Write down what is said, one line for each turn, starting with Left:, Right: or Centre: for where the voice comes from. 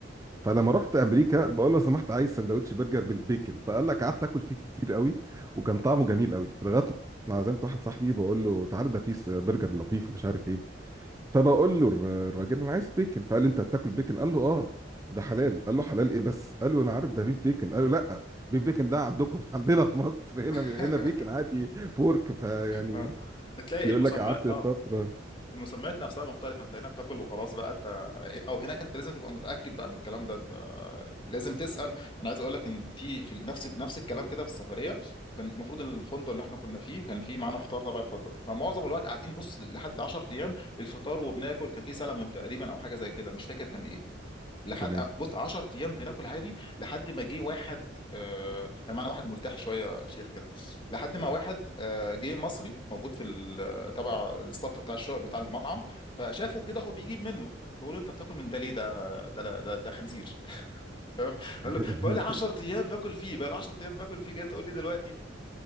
Right: فلما رحت امريكا بقول له لو سمحت عايز ساندوتش برجر بالبيكن فقال لك قعدت اكل فيه كتير قوي وكان طعمه جميل قوي لغايه ما عزمت واحد صاحبي بقول له تعالى ده في س- برجر لطيف ومش عارف ايه فبقول له الر- الراجل انا عايز بيكن فقال لي انت هتاكل بيكن قال له اه ده حلال قال له حلال ايه بس قال له انا عارف ده بيف بيكن قال له لا بيف بيكن ده عندكم <laughs> عندنا في مصر
Left: <laughs>
Right: هنا هنا بيكن عادي بورك فيعني
Left: اه تلاقي
Right: بيقول
Left: المسمى
Right: لك قعدت
Left: اه
Right: فتره
Left: المسميات نفسها مختلفة انت هنا بتاكل وخلاص بقى انت او هناك انت لازم تبقى متأكد بقى من الكلام ده انت لازم تسأل انا عايز اقول لك ان في في نفس نفس الكلام كده في السفرية كان المفروض الفندق اللي احنا كنا فيه كان فيه معانا فطار تبع الفندق فمعظم الوقت قاعدين بص لحد 10 ايام الفطار وبناكل كان فيه سلمون تقريبا او حاجة زي كده مش فاكر كان ايه لحد
Right: تمام
Left: بص 10 ايام بناكل عادي لحد ما جه واحد آه كان معانا واحد ملتحي شويه يا شيخ كده لحد ما واحد آه جه مصري موجود في ال- تبع الاستاف بتاع الشغل بتاع المطعم فشافه كده هو بيجيب منه فقول له انت بتاكل من ده ليه ده ده ده, ده خنزير <laughs> تمام قال
Right: <laughs>
Left: له بقى لي 10 ايام باكل فيه بقى لي 10 ايام باكل فيه جاي تقول لي دلوقتي